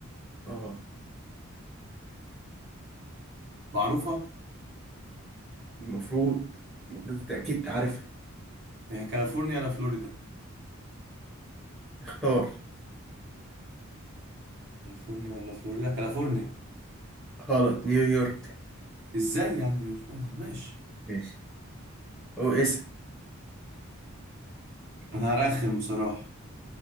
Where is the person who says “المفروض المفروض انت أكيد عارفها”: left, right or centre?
Centre